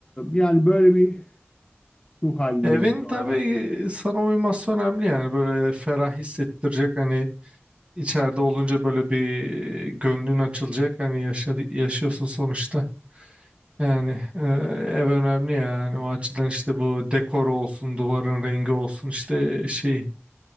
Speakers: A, on the left; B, on the right.
A: yani böyle bir ruh halindeyim
B: Evin
A: şu
B: tabii
A: an.
B: e, sana uyması önemli yani böyle ferah hissettirecek hani içeride olunca böyle bir gönlün açılacak hani yaşadı, yaşıyorsun sonuçta. Yani e, ev önemli yani o açıdan işte bu dekor olsun duvarın rengi olsun işte şey